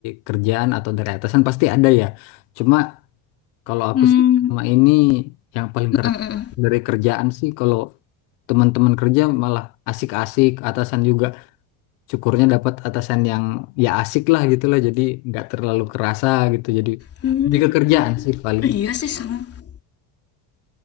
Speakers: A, on the left; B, on the left.
A: kerjaan atau dari atasan pasti ada ya. Cuma kalau aku
B: Hmm,
A: sih selama ini yang paling keras
B: mm, mm, mm.
A: dari kerjaan sih kalau teman-teman kerja malah asik-asik, atasan juga syukurnya dapat atasan yang ya asik lah gitu lah jadi nggak terlalu kerasa gitu jadi
B: Hmm,
A: lebih ke kerjaan sih paling
B: iya sih sama.